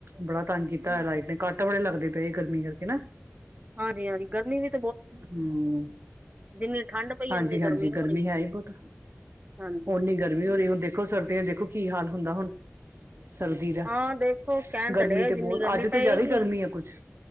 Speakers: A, on the right; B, on the right.
A: ਬੜਾ ਤੰਗ ਕੀਤਾ ਲਾਈਟ ਨੇ ਕੱਟ ਬੜੇ ਲੱਗਦੇ ਪਏ ਗਰਮੀ ਕਰਕੇ ਨਾ
B: ਹਾਂਜੀ ਹਾਂਜੀ ਗਰਮੀ ਵਿੱਚ
A: ਹਮ
B: ਜਿੰਨੀ ਠੰਢ ਪਈ
A: ਹਾਂਜੀ
B: ਓਨੀ
A: ਹਾਂਜੀ
B: ਹੋ
A: ਗਰਮੀ
B: ਰਹੀ
A: ਹੈ ਹੀ ਬਹੁਤ।
B: ਹਾਂਜੀ
A: ਉਹਨੀ
B: ਹਾਂਜੀ
A: ਗਰਮੀ ਹੋ ਰਹੀ ਹੁਣ ਦੇਖੋ ਸਰਦੀਆਂ ਦੇਖੋ ਕੀ ਹਾਲ ਹੁੰਦਾ ਹੁਣ। ਸਰਦੀ ਦਾ
B: ਹਾਂ ਦੇਖੋ ਕਹਿਣ
A: ਗਰਮੀ
B: ਤਾਂ ਡੇ
A: ਤੇ
B: ਜਿੰਨੀ
A: ਬਹੁਤ
B: ਗਰਮੀ
A: ਅੱਜ
B: ਪਏਗੀ
A: ਤੇ ਜ਼ਿਆਦਾ ਹੀ ਗਰਮੀ ਆ ਕੁਛ।